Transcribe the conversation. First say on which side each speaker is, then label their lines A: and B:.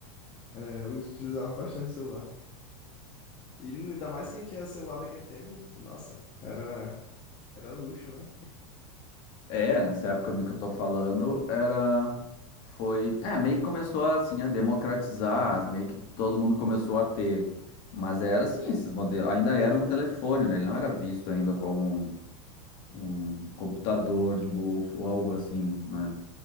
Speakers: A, on the left; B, on the left.
A: é, utilizava bastante o celular. E n- ainda mais quem tinha celular naquele tempo, nossa, era, era luxo, né?
B: É, nessa época meio que eu tô falando, era foi, é, meio que começou assim a democratizar, meio que todo mundo começou a ter. Mas era assim, esses modelos, ainda era um telefone, né? Ele não era visto ainda como um, um computador de bolso ou algo assim, né?